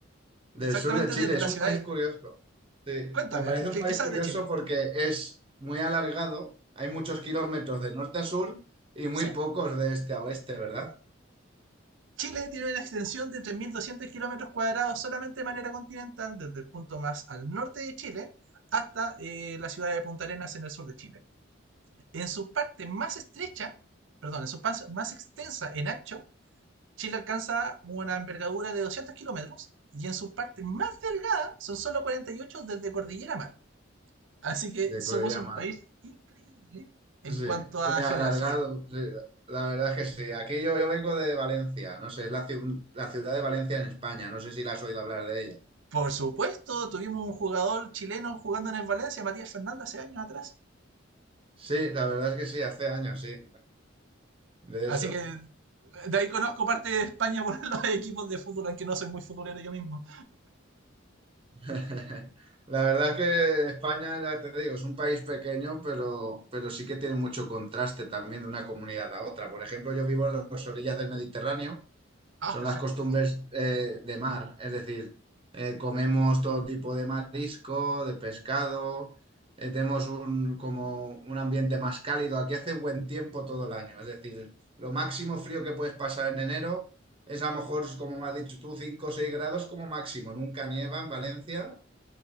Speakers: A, on the right; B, on the right.
A: Del
B: exactamente
A: sur de Chile.
B: desde
A: Es
B: la
A: un
B: ciudad
A: país
B: de...
A: curioso. Sí,
B: Cuéntame,
A: me parece
B: porque
A: un país
B: el que sabe
A: curioso
B: de Chile.
A: porque es muy alargado. Hay muchos kilómetros de norte a sur y muy
B: Sí.
A: pocos de este a oeste, ¿verdad?
B: Chile tiene una extensión de 3.200 kilómetros cuadrados solamente de manera continental, desde el punto más al norte de Chile hasta eh, la ciudad de Punta Arenas en el sur de Chile. En su parte más estrecha, perdón, en su parte más extensa en ancho, Chile alcanza una envergadura de 200 kilómetros y en su parte más delgada son solo 48 desde Cordillera Mar. Así que
A: De
B: somos
A: Cordillera
B: un
A: Mar.
B: país increíble en
A: Sí,
B: cuanto a
A: muy alargado.
B: geografía.
A: Sí, la verdad es que sí. Aquí yo, yo vengo de Valencia. No sé, es la, ciu- la ciudad de Valencia en España. No sé si la has oído hablar de ella.
B: Por supuesto, tuvimos un jugador chileno jugando en el Valencia, Matías Fernández, hace años atrás.
A: Sí, la verdad es que sí, hace años, sí, de
B: Así
A: eso.
B: que de ahí conozco parte de España por <laughs> los equipos de fútbol, aunque no soy muy futbolero yo mismo.
A: <laughs> La verdad es que España, ya te digo, es un país pequeño, pero, pero sí que tiene mucho contraste también de una comunidad a otra. Por ejemplo, yo vivo en las orillas del Mediterráneo,
B: Ah,
A: son
B: perfecto.
A: las costumbres eh, de mar, es decir, eh, comemos todo tipo de marisco, de pescado, eh, tenemos un, como un ambiente más cálido. Aquí hace buen tiempo todo el año, es decir, lo máximo frío que puedes pasar en enero es a lo mejor, como me has dicho tú, 5 o 6 grados como máximo, nunca nieva en Valencia.